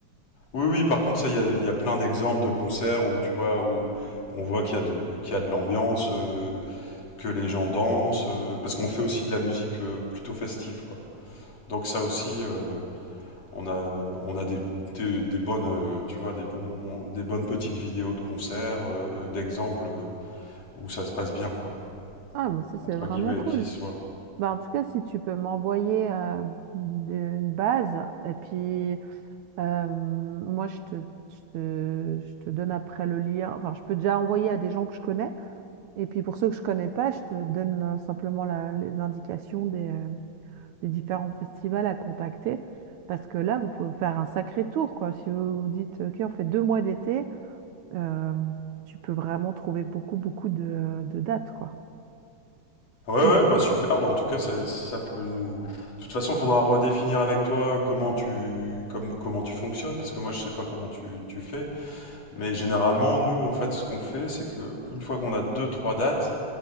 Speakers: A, on the left; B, on the right.
A: Oui, oui, par contre, ça, il y a, il y a plein d'exemples de concerts où, tu vois, où on voit qu'il y a de, qu'il y a de l'ambiance, euh, que les gens dansent, euh, parce qu'on fait aussi de la musique euh, plutôt festive, quoi. Donc ça aussi, euh, On a, on a des, des, des bonnes, euh, tu vois, des bons, des bonnes petites vidéos de concerts, euh, d'exemples euh, où ça se passe bien, quoi.
B: Ah, mais ça, c'est
A: Entre
B: vraiment
A: guillemets,
B: cool.
A: qui soit.
B: Ben, en tout cas, si tu peux m'envoyer euh, des- une base et puis... Euh, moi, je te, je te, je te donne après le lien. Enfin, je peux déjà envoyer à des gens que je connais. Et puis pour ceux que je connais pas, je te donne euh, simplement la- les indications des, euh, des différents festivals à contacter. Parce que là, vous pouvez faire un sacré tour, quoi. Si vous vous dites, OK, on fait deux mois d'été, euh, tu peux vraiment trouver beaucoup, beaucoup de, de dates, quoi.
A: Ouais,
B: Il-
A: ouais, bah super. Bah en tout cas, ça, ça peut nous. De toute façon, faudra redéfinir avec toi comment tu, comme, comment tu fonctionnes, parce que moi, je sais pas comment tu, tu fais. Mais généralement, nous, en fait, ce qu'on fait, c'est que une fois qu'on a deux, trois dates,